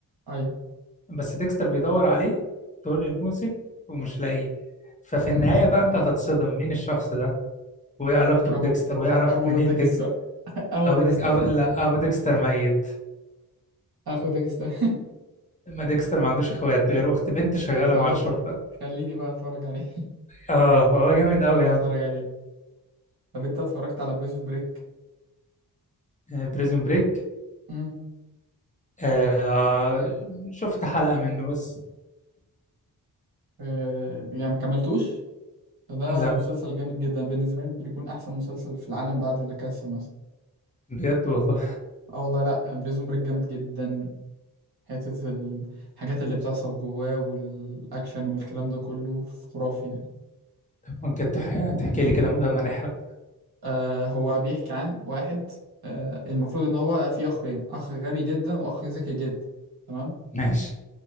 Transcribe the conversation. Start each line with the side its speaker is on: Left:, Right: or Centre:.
Right: ايوه
Left: بس ديكستر بيدور عليه طول الموسم ومش لاقيه ففي
Right: امم
Left: النهاية بقى انت هتتصدم مين الشخص ده وايه علاقته
Right: ابو
Left: بديكستر ويعرف
Right: ابو
Left: منين
Right: ديكستر
Left: ديكستر
Right: <laughs> اهو
Left: او
Right: ديكستر
Left: ديك او لا او ديكستر ميت
Right: اخو ديكستر <laughs>
Left: ما ديكستر ما عندوش اخوات غير اخت بنت شغالة
Right: خلاص
Left: مع الشرطة
Right: خليني بقى اتفرج عليه <laughs>
Left: اه فهو جامد قوي
Right: خليني
Left: يعني
Right: اتفرج عليه طب انت اتفرجت على بريزون بريك
Left: بريزون بريك
Right: امم
Left: آه شفت حلقة منه بس
Right: آه يعني ما كملتوش فده
Left: لا
Right: مسلسل جامد جدا بالنسبه لي ممكن يكون احسن مسلسل في العالم بعد لا كاسا مثلا
Left: بجد والله
Right: اه والله لا بريزون بريك جامد جدا حتة ال- الحاجات اللي بتحصل جواه والأكشن والكلام ده كله خرافي يعني
Left: ممكن تح- تحكي لي كده من غير ما نحرق
Right: آه هو بيحكي عن واحد آه المفروض إن هو فيه أخين أخ غبي جدا وأخ ذكي جدا تمام
Left: ماشي